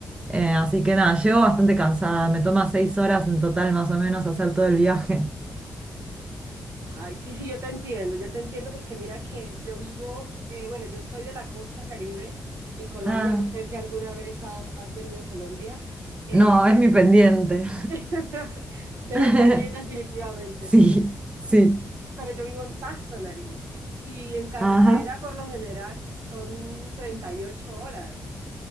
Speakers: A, on the right (about 20°); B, on the right (about 55°).
A: Eh, así que nada, llego bastante cansada, me toma seis horas en total más o menos hacer todo el viaje.
B: Ay, sí, sí, yo te entiendo, yo te entiendo porque mira que yo vivo, eh, bueno, yo soy de la costa Caribe en Colombia,
A: Ah.
B: no sé si alguna vez has, has venido a Colombia, eh,
A: No,
B: pero
A: es mi pendiente.
B: <laughs> Debes
A: <laughs>
B: venir definitivamente.
A: Sí, sí.
B: Pero yo vivo en Pasto, Nariño. Y en carretera,
A: Ajá,
B: por lo general, son 38 horas.